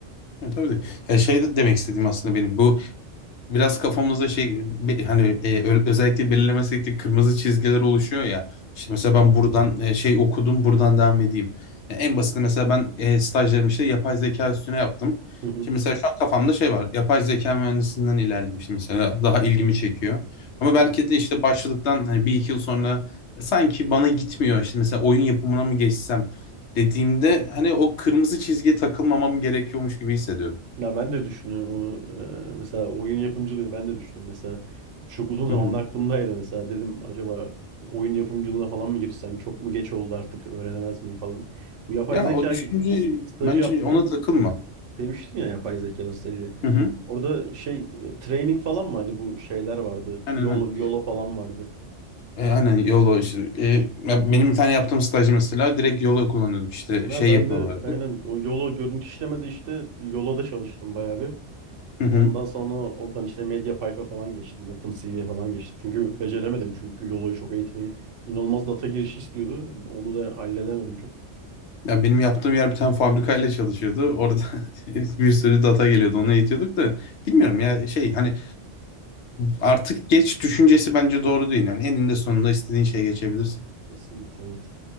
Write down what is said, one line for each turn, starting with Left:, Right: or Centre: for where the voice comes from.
Left: Ya tabii de. Ya şey de- demek istediğim aslında benim bu biraz kafamızda şey be- hani e, ö- özellikle belirlemesek de kırmızı çizgiler oluşuyor ya. İşte mesela ben buradan e, şey okudum buradan devam edeyim. Ya en basiti mesela ben e, stajlarımı işte yapay zeka üstüne yaptım.
Right: Hı hı,
Left: Şimdi mesela şu an kafamda şey var. Yapay zeka mühendisinden ilerleyeyim işte mesela daha ilgimi çekiyor. Ama
Right: hı
Left: belki
Right: hı.
Left: de işte başladıktan hani bir iki yıl sonra e, sanki bana gitmiyor. İşte mesela oyun yapımına mı geçsem dediğimde hani o kırmızı çizgiye takılmamam gerekiyormuş gibi hissediyorum.
Right: Ya ben de düşünüyorum onu. Ee, mesela oyun yapımcılığı ben de düşünüyorum. Mesela çok uzun zamanda
Left: <laughs>
Right: aklımdaydı mesela. Dedim acaba oyun yapımcılığına falan mı girsem? Çok mu geç oldu artık öğrenemez miyim falan. Bu yapay
Left: Ya
Right: zeka
Left: o düşünce
Right: ge- s- stajı
Left: bence
Right: yaptım
Left: ona takılma.
Right: demiştin ya yapay zeka stajı.
Left: Hı hı.
Right: Orada şey e, training falan mı hani bu şeyler vardı.
Left: Aynen
Right: Yolo,
Left: aynen.
Right: Yolo falan vardı.
Left: E, aynen YOLO işte. E, ya benim bir tane yaptığım staj mesela direkt
Right: Hı hı.
Left: YOLO kullanıyorduk işte
Right: Ya
Left: şey
Right: ben
Left: yapıyorlardı.
Right: de aynen o Yolo görüntü işlemede işte Yolo'da çalıştım bayağı bir.
Left: Hı hı.
Right: Ondan sonra oradan işte MediaPipe'a falan geçtim. OpenCV'ye falan geçtim. Çünkü beceremedim çünkü Yolo'yu çok eğitmeyi. İnanılmaz data girişi istiyordu. Onu da halledemedim çok.
Left: Ya benim yaptığım yer bir tane fabrikayla çalışıyordu. Orada <laughs> bir sürü data geliyordu onu eğitiyorduk da bilmiyorum ya şey hani artık geç düşüncesi bence doğru değil. Yani eninde sonunda istediğin şeye geçebilirsin.
Right: Kesinlikle evet.